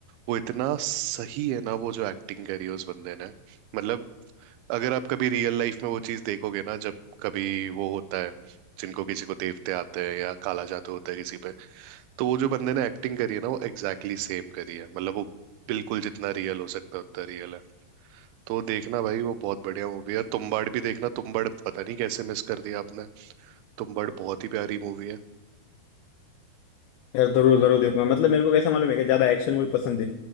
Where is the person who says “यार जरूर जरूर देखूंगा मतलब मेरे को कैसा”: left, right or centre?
Left